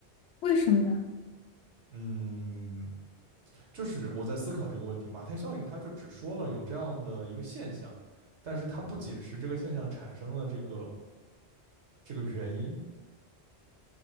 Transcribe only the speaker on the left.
为什么呢？